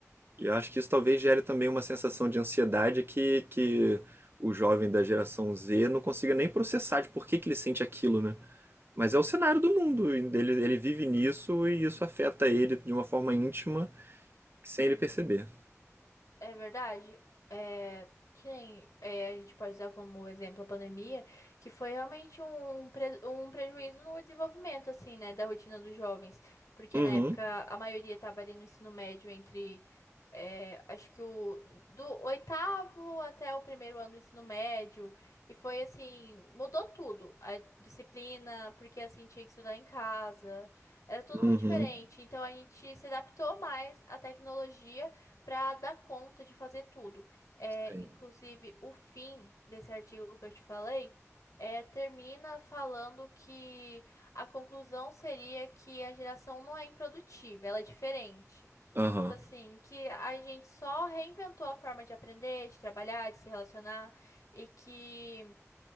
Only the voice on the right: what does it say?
E eu acho que isso talvez gere também uma sensação de ansiedade que, que o jovem da geração Z não consiga nem processar de por que, que ele sente aquilo, né? Mas é o cenário do mundo, ele, ele vive nisso e isso afeta ele de uma forma íntima sem ele perceber.
Uhum,
uhum,
sei.
Aham,